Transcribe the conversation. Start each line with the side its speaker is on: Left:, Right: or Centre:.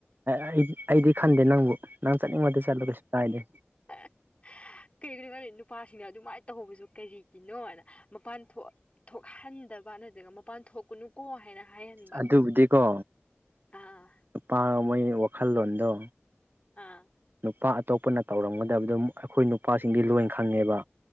Right: ꯑꯩ ꯑꯩꯗꯤ ꯈꯟꯗꯦ ꯅꯪꯕꯨ ꯅꯪ ꯆꯠꯅꯤꯡꯕꯗꯤ ꯆꯠꯂꯣ ꯀꯩꯁꯨ ꯀꯥꯏꯗꯦ
Left: ꯑ ꯀꯩꯒꯤꯅꯣ ꯈꯗ ꯅꯨꯄꯥꯁꯤꯡꯅ ꯑꯗꯨꯃꯥꯏꯅ ꯇꯧꯍꯧꯕꯁꯨ ꯀꯔꯤꯒꯤꯅꯣ ꯍꯥꯏꯅ ꯃꯄꯥꯟ ꯊꯣꯛ ꯊꯣꯛꯍꯟꯗꯕ ꯅꯠꯇ꯭ꯔꯒ ꯃꯄꯥꯟ ꯊꯣꯛꯀꯨꯅꯨ ꯀꯣ ꯍꯥꯏꯅ ꯍꯥꯏꯍꯟꯕ
Right: ꯑꯗꯨꯕꯨꯗꯤꯀꯣ
Left: ꯑꯥ
Right: ꯅꯨꯄꯥ ꯃꯣꯢ ꯋꯥꯈꯜꯂꯣꯟꯗꯣ
Left: ꯑꯥ
Right: ꯅꯨꯄꯥ ꯑꯇꯣꯞꯄꯅ ꯇꯧꯔꯝꯒꯗꯕꯗꯣ ꯑꯩꯈꯣꯏ ꯅꯨꯄꯥꯁꯤꯡꯗꯤ ꯂꯣꯏ ꯈꯪꯉꯦꯕ